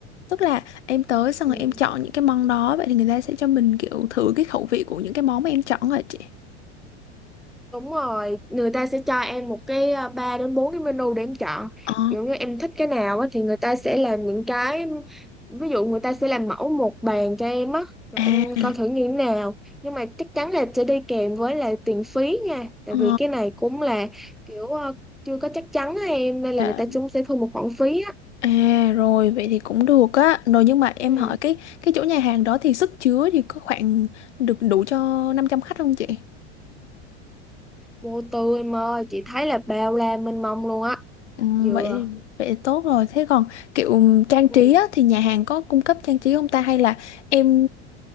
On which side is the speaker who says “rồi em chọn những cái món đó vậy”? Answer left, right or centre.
Left